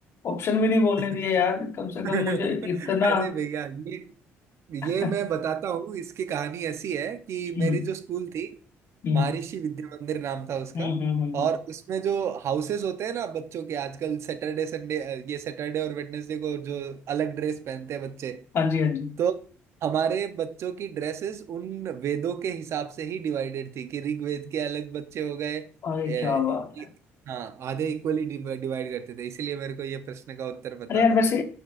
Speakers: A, on the left (about 50°); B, on the right (about 60°).
A: ऑप्शन भी नहीं बोलने
B: <laughs>
A: दिए यार कम से कम मुझे
B: अरे
A: इतना
B: भैया ये
A: <laughs>
B: ये मैं बताता हूँ इसकी कहानी ऐसी है कि
A: हम्म
B: मेरी जो स्कूल थी
A: हम्म
B: महर्षि विद्या मंदिर नाम था उसका
A: हम्म हम्म हम्म,
B: और
A: हम्म।
B: उसमें जो हाउसेस होते हैं ना बच्चों के आजकल सैटरडे संडे ये सैटरडे और वेडनेसडे को जो अलग ड्रेस पहनते हैं बच्चे
A: हाँ जी हाँ जी
B: तो हमारे बच्चों की ड्रेसेस उन वेदों के हिसाब से ही डिवाइडेड थी कि ऋग्वेद के अलग बच्चे हो गए
A: अरे
B: ए,
A: क्या बात है
B: ए- हाँ आधे इक्वली डिवाइड करते थे इसीलिए मेरे को ये प्रश्न का उत्तर पता
A: अरे यार
B: था
A: वैसे